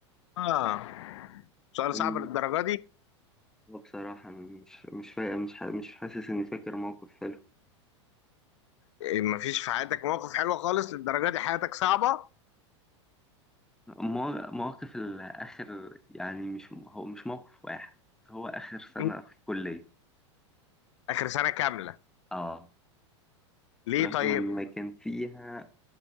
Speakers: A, on the left; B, in the centre.
A: اه سؤال
B: م-
A: صعب للدرجة دي
B: بصراحة مش مش فا... مش ح... مش حاسس إني فاكر موقف حلو
A: إيه، مفيش في حياتك موقف حلو خالص للدرجة دي حياتك صعبة
B: مو- مواقف الآخر يعني مش هو مش موقف واحد هو آخر سنة
A: مم.
B: في الكلية
A: آخر سنة كاملة
B: آه
A: ليه
B: برغم
A: طيب
B: إن كان فيها